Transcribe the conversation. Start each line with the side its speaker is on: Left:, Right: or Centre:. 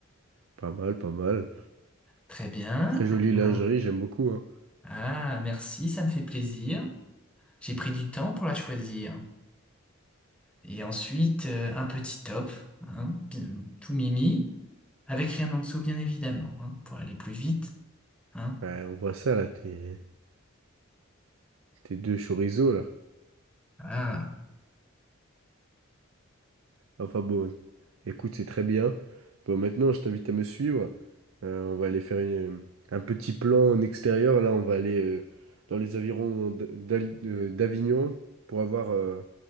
Right: pas mal, pas mal.
Centre: Très bien.
Right: Très jolie lingerie,
Centre: Alors,
Right: j'aime beaucoup, hein.
Centre: ah, merci, ça me fait plaisir. J'ai pris du temps pour la choisir. Et ensuite, euh, un petit top, hein, bi- tout mimi, avec rien en dessous, bien évidemment, hein, pour aller plus vite. hein.
Right: Ouais, on voit ça là, tes, tes deux chorizo là.
Centre: Ah,
Right: Enfin bon, écoute, c'est très bien. Bon, maintenant, je t'invite à me suivre. Euh, on va aller faire une- un petit plan en extérieur. Là, on va aller euh, dans les environs d'A- d'Al- euh, d'Avignon pour avoir, euh,